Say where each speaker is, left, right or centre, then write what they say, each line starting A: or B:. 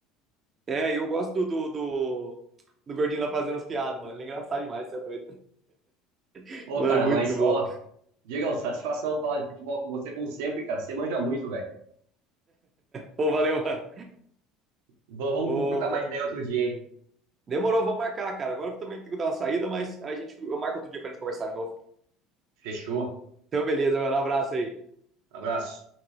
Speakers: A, on the right; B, on the right.
A: é, eu gosto do, do, do, do Gordinho lá fazendo as piadas, mano. Ele é engraçado demais, você é doido. <laughs>
B: Pô,
A: Mano,
B: cara,
A: muito
B: mas
A: bom.
B: ó, Diegão, satisfação falar de futebol com você, como sempre, cara. Você manja muito, velho.
A: Pô, valeu, mano.
B: Va- Vamos
A: Ô,
B: trocar mais ideia outro dia, hein?
A: demorou, vamos marcar, cara. Agora eu também tenho que dar uma saída, mas a gente, eu marco outro dia pra gente conversar de novo.
B: Fechou.
A: Então, beleza, mano. Um abraço aí.
B: Abraço.